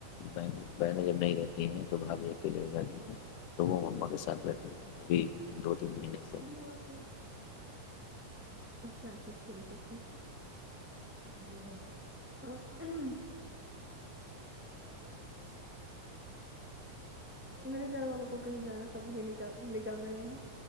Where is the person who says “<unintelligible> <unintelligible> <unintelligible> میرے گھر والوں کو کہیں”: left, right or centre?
Centre